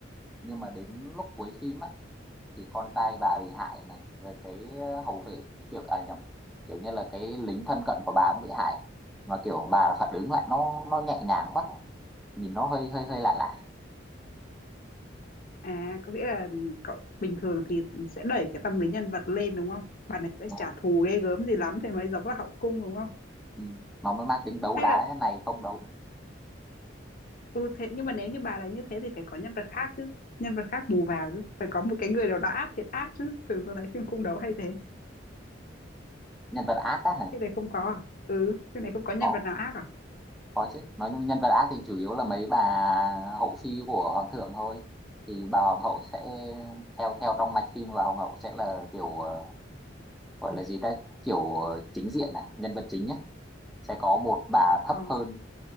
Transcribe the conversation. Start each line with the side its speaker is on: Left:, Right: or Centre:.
Centre: nhưng mà đến lúc cuối phim á thì con trai bà bị hại này rồi cái ờ, hầu vệ kiểu à nhầm kiểu như là cái lính thân cận của bà cũng bị hại mà kiểu bà là phản ứng lại nó nó nhẹ nhàng quá nhìn nó hơi hơi hơi lạ lạ
Left: à có nghĩa là cậu bình thường thì sẽ đẩy cái tâm lý nhân vật lên đúng không bà này sẽ
Centre: nó,
Left: trả thù ghê gớm gì lắm thì mới giống là hậu cung đúng không
Centre: ừ, nó mới mang tính đấu
Left: hay
Centre: đá
Left: là
Centre: thế này không đấu
Left: Ừ, thế nhưng mà nếu như bà là như thế thì phải có nhân vật khác chứ nhân vật khác bù vào chứ phải có một cái người nào đó ác thiệt ác chứ thường tôi thấy phim cung đấu hay thế
Centre: nhân vật ác á hả
Left: cái này không có à ừ cái này không có nhân
Centre: có
Left: vật nào ác à
Centre: có chứ nói chung nhân vật ác thì chủ yếu là mấy bà hậu phi của hoàng thượng thôi thì bà hoàng hậu sẽ theo theo trong mạch phim và hoàng hậu sẽ là kiểu ờ, gọi là gì ta kiểu ờ, chính diện à nhân vật chính nhé sẽ có một bà thấp
Left: ờ
Centre: hơn